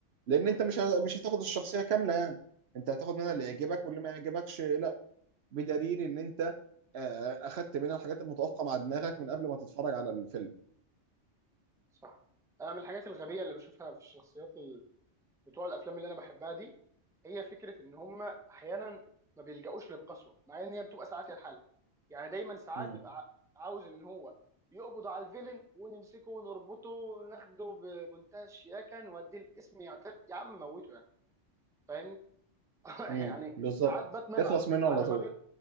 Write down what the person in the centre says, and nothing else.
امم
امم
صح انا من الحاجات الغبيه اللي بشوفها في الشخصيات ال... بتوع الافلام اللي انا بحبها دي هي فكره ان هم احيانا ما بيلجأوش للقسوه مع ان هي بتبقى ساعات هي الحل يعني دايما ساعات
بيبقى ع- عاوز ان هو يقبض على الفيلن ونمسكه ونربطه وناخده بمنتهى الشياكه نوديه القسم يعترف يا عم موته يعني فاهمني <laughs>
يعني
ساعات باتمان
على
ما بي...